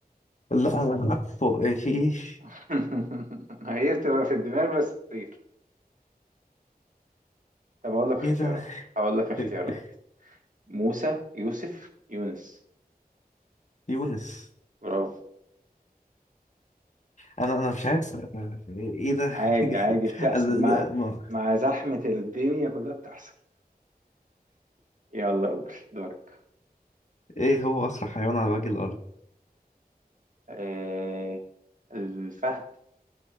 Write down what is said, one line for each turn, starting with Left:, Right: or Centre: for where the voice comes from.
Left: لا انا عارفه إيه، في ايش
Right: <laughs> هي بتبقى في الدماغ بس تطير طب أقول لك اختيارات
Left: ايه ده؟
Right: هقول لك اختيارات
Left: <laughs>
Right: موسى يوسف يونس
Left: يونس
Right: برافو
Left: انا انا مش عارف آه، ايه إيه ده
Right: عادي عادي
Left: <laughs>
Right: بتحصل
Left: أنا-
Right: مع
Left: ده- ما-
Right: مع زحمة الدنيا كلها بتحصل يلا قول دورك
Left: ايه هو اسرع حيوان على وجه الارض
Right: آه الفهد